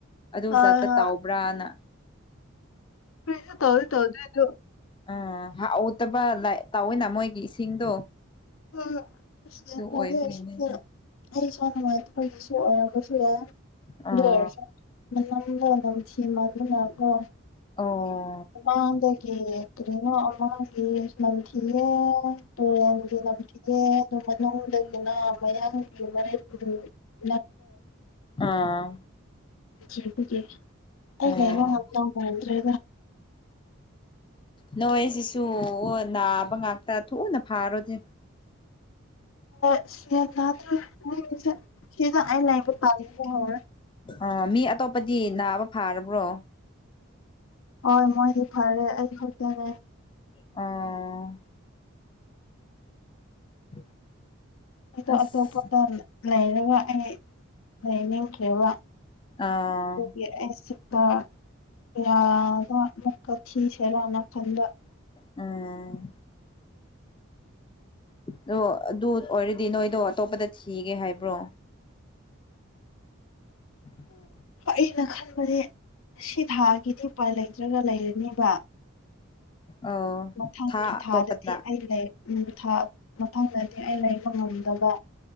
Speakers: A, on the left (about 25°); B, on the left (about 75°).
A: ꯑꯗꯨ
B: ꯍꯣꯏ
A: ꯖꯥꯠꯇ
B: ꯍꯣꯏ
A: ꯇꯥꯎꯕ꯭ꯔꯥꯅ
B: <unintelligible> ꯇꯧꯗꯤ ꯇꯧꯗꯦ ꯑꯗꯨ
A: ꯑꯥ ꯍꯥꯎꯇꯕ ꯂꯥꯛ ꯇꯧꯋꯦꯅ ꯃꯣꯏꯒꯤ ꯏꯁꯤꯡꯗꯣ
B: ꯑ ꯑꯁ ꯒ꯭ꯌꯥꯟ
A: ꯑꯗꯨ
B: ꯇꯥꯗꯦ
A: ꯑꯣꯏꯕꯒꯤꯅꯦꯗ
B: <unintelligible> ꯑꯩ ꯏꯁꯥ ꯅꯨꯡꯉꯥꯏꯇꯕꯩ ꯒꯤꯁꯨ ꯑꯣꯏꯔꯝꯕꯁꯨ ꯌꯥꯏ
A: ꯑꯥ
B: ꯑꯗꯨ ꯑꯣꯏꯔꯁꯨ <unintelligible> <unintelligible> ꯅ ꯅꯝꯊꯤ ꯃꯟꯕꯅꯀꯣ
A: ꯑꯣ
B: <unintelligible> ꯗꯒꯤ ꯀꯔꯤꯅꯣ ꯑꯃꯒꯤ ꯅꯝꯊꯤꯌꯦꯅ ꯇꯨꯔꯦꯟꯒꯤ ꯅꯝꯊꯤꯌꯦ ꯗꯨ <unintelligible> ꯅꯨꯡꯗꯒꯤꯅ ꯃꯌꯥꯥꯝ <unintelligible>
A: ꯑꯥ
B: <unintelligible> ꯑꯩ
A: ꯑꯣ
B: ꯂꯩꯕ ꯉꯝꯗꯧ ꯃꯥꯟꯗ꯭ꯔꯦ
A: ꯅꯣꯏ ꯖꯤꯁꯨ ꯅꯥꯕ ꯉꯥꯛꯇ ꯊꯨꯅ ꯐꯥꯔꯣꯖꯦ
B: ꯑꯁ ꯒ꯭ꯌꯥꯟ ꯇꯥꯗ꯭ꯔꯦ ꯅꯣꯏꯅꯤꯁꯧ ꯁꯤꯗ ꯂꯩꯕ ꯇꯟꯕ ꯍꯧꯔꯦ
A: ꯑ ꯃꯤ ꯑꯇꯣꯞꯄꯗꯤ ꯅꯥꯕ ꯐꯥꯔꯕ꯭ꯔꯣ
B: ꯍꯣꯏ ꯃꯣꯏꯗꯤ ꯐꯔꯦ ꯑꯩ ꯈꯛꯇꯅꯦ
A: ꯑꯣ <inaudible>
B: ꯑꯗꯣ
A: ꯑꯁ
B: ꯑꯇꯣꯞꯄꯗ ꯂꯩꯔꯒ ꯑꯩ ꯂꯩꯅꯤꯡꯈ꯭ꯔꯤꯕ
A: ꯑꯥ
B: ꯗꯨꯒꯤ ꯑꯩꯁꯨ <unintelligible> ꯌꯥꯕ ꯑꯃꯨꯛꯀ ꯊꯤꯁꯤꯔꯥꯅ ꯈꯟꯕ
A: ꯎꯝ ꯗꯣ ꯑꯗꯨ ꯑꯣꯏꯔꯗꯤ ꯅꯣꯏꯗꯣ ꯑꯇꯣꯞꯄꯗ ꯊꯤꯒꯦ ꯍꯥꯏꯕ꯭ꯔꯣ <inaudible>
B: ꯑꯩꯅ ꯈꯟꯕꯗꯤ ꯁꯤ ꯊꯥꯒꯤꯗꯤ ꯎꯄꯥꯏ ꯂꯩꯇ꯭ꯔꯒ ꯂꯩꯔꯅꯤꯕ
A: ꯑꯣ
B: ꯃꯊꯪꯒꯤ
A: ꯊꯥ ꯑꯇꯣꯞꯄꯗ
B: ꯊꯥꯗꯗꯤ ꯑꯩ ꯂꯩ ꯎꯝ ꯊꯥ ꯃꯊꯪꯗꯗꯤ ꯑꯩ ꯂꯩꯕ ꯉꯝꯗꯕ